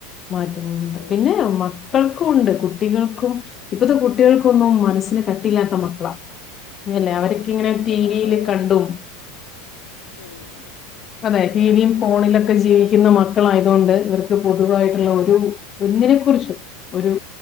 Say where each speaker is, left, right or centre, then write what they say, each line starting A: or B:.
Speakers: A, on the left; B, on the left.
A: മാറ്റങ്ങളുണ്ട്
B: ഉം
A: പിന്നെ മക്കൾക്ക
B: ആഹ്
A: ഉണ്ട്
B: ആഹ്
A: കു
B: ആഹ്
A: ട്ടികൾക്കും ഇപ്പത്തെ കുട്ടികൾക്കൊന്നും
B: ഉം
A: മനസ്സിന് കട്ടില്ലാത്ത മക്കളാ അല്ലേ
B: അത്
A: അവർക്ക
B: അതില്ല
A: ഇങ്ങനെ
B: അതില്ല
A: ടിവിൽ
B: നമ്മള്
A: കണ്ടും
B: ഉം
A: അതെ ടിവും
B: ന
A: ഫോണിലൊക്കെ
B: നമ്മൾക്ക്
A: ജീവിക്കുന്ന
B: ന
A: മക്ക മക്കളായതുകൊണ്ട് ഇവർക്ക് പൊതുവായിട്ടുള്ള ഒരു
B: ആഹ്
A: ഒന്നിനെ കുറിച്ചും ഒരു